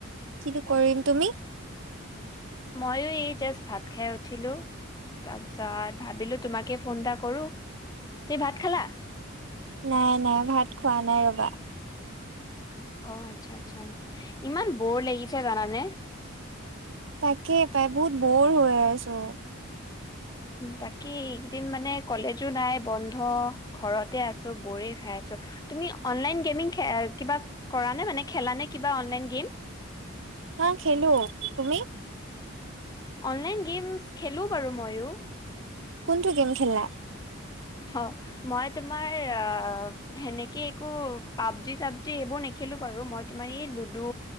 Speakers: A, on the right; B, on the left.
A: কিনো কৰিম তুমি
B: ময়ো এই জাষ্ট ভাত খাই উঠিলো তাৰপিছত ভাবিলো তোমাকে ফোন এটা কৰো তুমি ভাত খালা
A: নাই নাই ভাত খোৱা নাই ৰবা
B: অ আচ্ছা আচ্ছা ইমান বৰ লাগিছে জানানে
A: তাকেই পাই বহুত বৰ হৈ আছো
B: বাকী একেইদিন মানে কলেজো নাই বন্ধ ঘৰতে আছো বৰে খাই আছো তুমি অনলাইন গেমিং খে কিবা কৰা নে মানে কিবা খেলা নে অনলাইন গেম
A: হা খেলো তুমি
B: অনলাইন গেমছ খেলোঁ বাৰু মইয়ো
A: কোনটো গেম খেলা
B: অ মই তোমাৰ অ সেনেকে একো পাবজি চাবজি এইবোৰ নেখেলো মই তোমাৰ এ লুডো